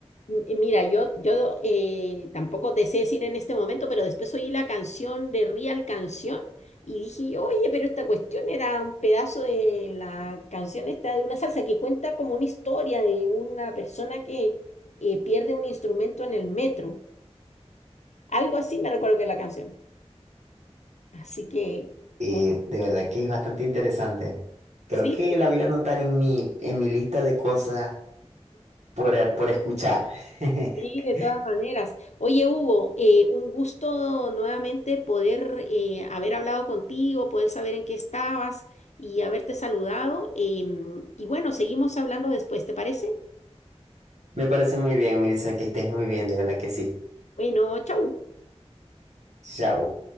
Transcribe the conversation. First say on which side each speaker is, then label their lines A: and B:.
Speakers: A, on the left; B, on the right.
A: M- eh, Mira, yo, yo eh, tampoco te sé decir en este momento, pero después oí la canción de Real Canción y dije, oye, pero esta cuestión era un pedazo de la canción esta de una salsa que cuenta como una historia de una persona que eh, pierde un instrumento en el metro. Algo así me recuerdo que es la canción. Así que,
B: Eh,
A: muy,
B: de verdad que es bastante interesante. Creo
A: sí,
B: que la voy a anotar en mi, en mi lista de cosas por, eh, por escuchar. <laughs>
A: Sí, de todas maneras. Oye, Hugo, eh, un gusto nuevamente poder eh, haber hablado contigo, poder saber en qué estabas y haberte saludado. em, y bueno, seguimos hablando después, ¿te parece?
B: Me parece muy bien, Mirza, que estés muy bien, de verdad que sí.
A: Bueno, chau.
B: Chao.